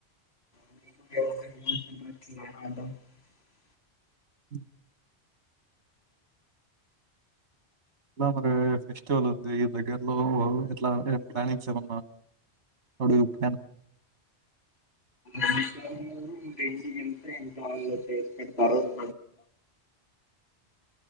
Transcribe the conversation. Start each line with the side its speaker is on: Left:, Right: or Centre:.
Left: అట్లేం లేదు
Right: హ ఎలా మరి ఫెస్టివల్ ఉంది ఇ దగ్గర్లో ఎట్లా ప్లానింగ్స్ ఏమన్నా అడుప్పను
Left: అ రెండు ఎస ఎం కా చేస్ పెడతారోతు